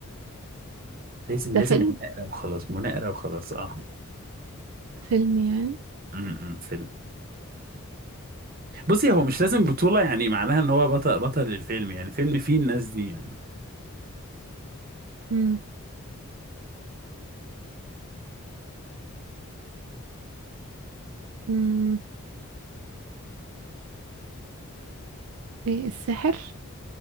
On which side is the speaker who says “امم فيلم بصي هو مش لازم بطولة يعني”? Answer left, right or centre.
Right